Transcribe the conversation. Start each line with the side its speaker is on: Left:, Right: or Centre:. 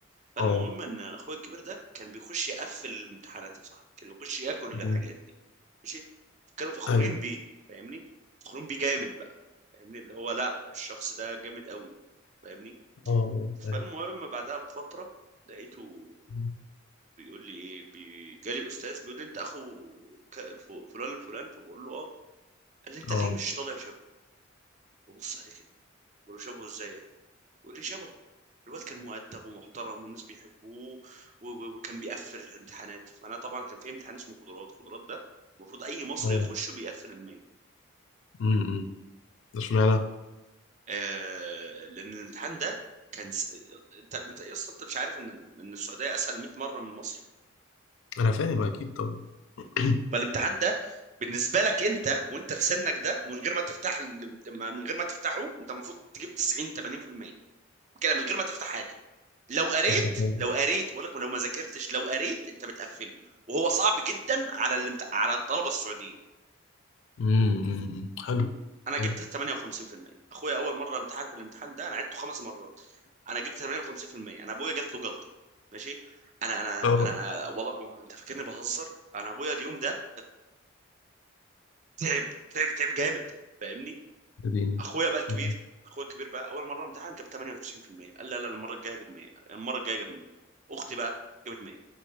Right: فالمهم
Left: اه
Right: إن أخويا الكبير ده كان بيخش يقفل الامتحانات يا صاحبي كان يخش ياكل
Left: مم.
Right: الحاجات دي ماشي كانوا فخورين
Left: ايوه
Right: بيه فاهمني فخورين بيه جامد فاهمني اللي هو لا الشخص ده جامد قوي فاهمني
Left: اه اه
Right: فالمهم
Left: ايوه
Right: بعدها بفترة لقيته
Left: مم.
Right: بيقول لي ايه بي... جالي استاذ بيقول لي انت اخو ك- الف- فلان الفلان فبقول له اه قال لي انت
Left: اه
Right: ليه مش طالع شبهه ببص عليه كده بقول له شبهه ازاي يعني بيقول لي شبهه الواد كان مؤدب ومحترم والناس بيحبوه و- و- وكان بيقفل الامتحانات فانا طبعا كان في امتحان اسمه قدرات قدرات ده المفروض اي مصري
Left: اه
Right: يخشه بيقفل المية
Left: امم ده اشمعنى
Right: آه لان الامتحان ده كان س... انت انت يا اسطى انت مش عارف ان ان السعوديه اسهل 100 مره من مصر
Left: انا فاهم اكيد طبعا <clears throat>
Right: فالامتحان ده بالنسبه لك انت وانت في سنك ده ومن غير ما تفتح ال- من غير ما تفتحه انت المفروض تجيب 90 80% كده من غير ما تفتح حاجه لو قريت
Left: طب ده حلو
Right: لو قريت بقول لك لو ما ذاكرتش لو قريت انت بتقفله وهو صعب جدا على الامت... على الطلبه السعوديين
Left: امم أمم. حلو
Right: انا
Left: حلو
Right: جبت 58% اخويا اول مره امتحن في الامتحان ده انا عدته خمس مرات انا جبت 58% انا ابويا جات له جلطه ماشي انا انا
Left: اه
Right: انا والله ما هو انت فاكرني بهزر انا ابويا اليوم ده تعب تعب تعب جامد فاهمني
Left: اديني
Right: اخويا بقى الكبير
Left: أمم.
Right: اخويا الكبير بقى اول مره امتحن جاب 98% قال لا لا المره الجايه جاب 100 المره الجايه جاب 100 اختي بقى جابت 100